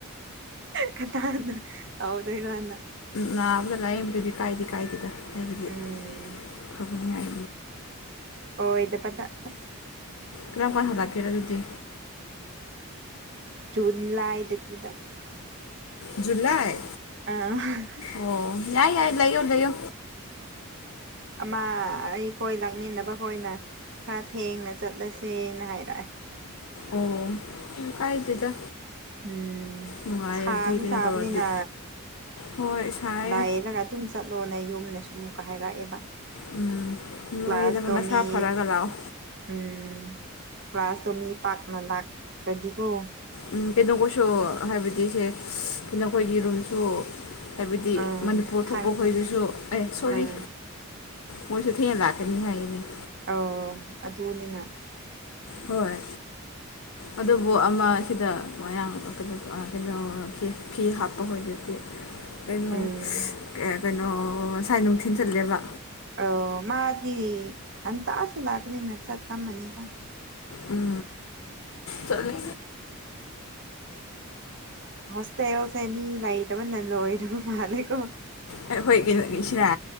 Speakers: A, on the right (about 55°); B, on the left (about 65°).
A: ꯉꯟꯇꯥꯅ ꯇꯧꯗꯣꯏꯔꯅ
B: ꯅꯥꯕꯒ ꯂꯥꯏꯌꯦꯡꯕꯗꯨꯗꯤ ꯀꯥꯏꯗꯤ ꯀꯥꯏꯗꯦꯗ ꯑꯩꯕꯨꯗꯤ
A: ꯎꯝ
B: ꯇꯧꯅꯤꯡꯉꯥꯏ
A: ꯑꯣꯏ ꯗꯕꯗ ꯑꯁ
B: ꯀꯔꯝ ꯀꯥꯟ ꯍꯜꯂꯛꯀꯦꯔ ꯑꯗꯨꯗꯤ
A: ꯖꯨꯟ ꯂꯥꯏ ꯇꯥꯇꯨꯅ
B: ꯖꯨꯂꯥꯏ
A: ꯑꯥ
B: ꯑꯣ ꯌꯥꯏ ꯌꯥꯏ ꯂꯩꯌꯣ ꯂꯩꯌꯣ
A: ꯑꯃ ꯑꯩꯈꯣꯏ ꯂꯥꯛꯃꯤꯟꯅ ꯈꯣꯏꯅ ꯈꯔ ꯊꯦꯡꯅ ꯆꯠꯂꯁꯦꯅ ꯍꯥꯏꯔꯛꯑꯦ
B: ꯑꯣ ꯀꯩꯝ ꯀꯥꯏꯗ‌ꯦꯗ
A: ꯎꯝ
B: ꯅꯨꯡꯉꯥꯏꯔꯗꯤ
A: ꯁꯥꯁꯨ
B: ꯀꯩꯅꯣ
A: ꯁꯥꯕꯅꯤꯅ
B: ꯇꯧꯔꯗꯤ ꯍꯣꯏ ꯁꯥꯏꯌꯦ
A: ꯂꯥꯏꯔꯒ ꯑꯗꯨꯝ ꯆꯠꯂꯣꯅ ꯌꯨꯝꯅ ꯁꯨ ꯑꯃꯨꯛꯀ ꯍꯥꯏꯔꯛꯑꯦꯕ
B: ꯎꯝ ꯅꯣꯏꯔꯒ
A: ꯀ꯭ꯂꯥꯁꯇꯣ
B: ꯅꯁꯥ
A: ꯃꯤ
B: ꯐꯔꯒ ꯂꯥꯛꯑꯣ
A: ꯎꯝ ꯀ꯭ꯂꯥꯁꯇꯣ ꯃꯤ ꯄꯥꯛꯅ ꯂꯥꯛꯇ꯭ꯔꯗꯤꯀꯣ
B: ꯎꯝ ꯀꯩꯊꯧꯈꫭꯏꯁꯨ ꯍꯥꯏꯕꯗꯤ ꯁꯦ ꯀꯩꯅꯣꯈꯣꯏꯒꯤ ꯔꯨꯝꯁꯨ ꯍꯥꯏꯕꯗꯤ
A: ꯑꯥ
B: ꯃꯅꯤꯄꯨꯔ
A: ꯈꯪ
B: ꯊꯣꯛꯄ ꯈꯣꯏꯗꯨꯁꯨ
A: ꯈꯪ
B: ꯑꯦ ꯁꯣꯔꯤ
A: ꯑꯥ
B: ꯃꯣꯏꯁꯨ ꯊꯦꯡꯅ ꯂꯥꯛꯀꯅꯤ ꯍꯥꯏꯌ‌ꯦꯅ‌ꯦ
A: ꯑꫭ ꯑꯗꯨꯅꯤꯅ
B: ꯍꯣꯏ ꯑꯗꯨꯕꯨ ꯑꯃ ꯁꯤꯗ ꯃꯌꯥꯡ ꯀꯩꯅꯣ ꯀꯩꯅꯣ ꯐꯤ ꯍꯥꯞꯄ ꯍꫭꯏꯗꯨꯗꯤ ꯀꯩꯅꯣ
A: ꯎꯝ
B: ꯀꯩꯅꯣ ꯉꯁꯥꯏ ꯅꯨꯡꯊꯤꯟ ꯆꯠꯂꯦꯕ
A: ꯑꫭ ꯃꯥꯗꯤ ꯉꯟꯇꯥꯁꯨ ꯂꯥꯛꯀꯅꯤꯅ ꯆꯠ ꯇꯝꯃꯅꯤꯗ
B: ꯎꯝ ꯆꯠꯅꯤ
A: ꯍꯣꯁꯇꯦꯜꯁꯦ ꯃꯤ ꯂꯩꯇꯕꯅ ꯂꯣꯏꯔꯕ ꯃꯥꯜꯂꯦꯀꯣ
B: ꯍꯈꯣꯏ ꯀꯩꯅꫭꯒꯤꯁꯤꯔꯥ